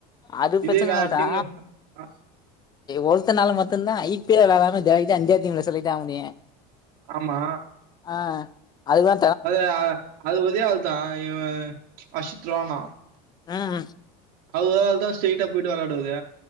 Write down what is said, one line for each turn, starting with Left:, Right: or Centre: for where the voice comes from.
Left: அது பிரச்சன
Right: இதே வேற
Left: இல்ல மச்சா
Right: டீம்ல ஆ
Left: ஒருத்தனால மட்டுதா ஐ பி ல விளாடமா டைரக்ட்டா இந்தியா டீம்ல செலக்ட் ஆக முடியு
Right: ஆமா
Left: ஆ அதுதா
Right: அது அது ஒரே ஆள் தா இவ <unintelligible>
Left: அஹம்
Right: அவ்ரு ஒரு ஆள் தா ஸ்ட்ரெயிட்டா போயிட்டு விளயாடுவாரு